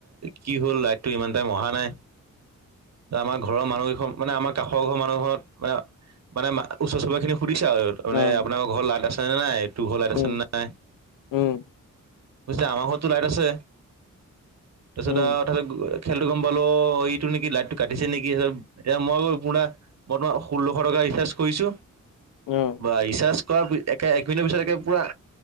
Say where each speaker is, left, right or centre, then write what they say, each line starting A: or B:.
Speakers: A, on the right; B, on the left.
A: কি হ'ল লাইট? টো ইমান টাইম অহা নাই। যে আমাৰ ঘৰৰ মানুগি ঘত মানে আমাৰ কাষৰঘৰ মানুহঘৰত মানে- মানে মা ওচৰ চুবুৰীয়াখিনি সুধিছে আৰু- মানে
B: অ',
A: আপোনালোকৰ ঘৰত লাইট আছে নে নাই, তোৰ ঘৰত লাইট
B: উম,
A: আছে নে নাই?
B: উম,
A: কৈছে আমাৰ ঘৰতটো লাইট আছে। তাৰপিছত
B: উম,
A: আহ তাৰপিছত খেলতটো গম পালোঁ অ এইটো নেকি লাইটটো কাটিছে নেকি তাৰপাছত এতিয়া ময়ো পোৰা মই তোমাৰ ষোল্লশ টকা ৰিচাৰ্জ কৰিছোঁ।
B: উম।
A: বা ৰিচাৰ্জ কৰা পি একে এক মিনিটৰ পিছত একে পুৰা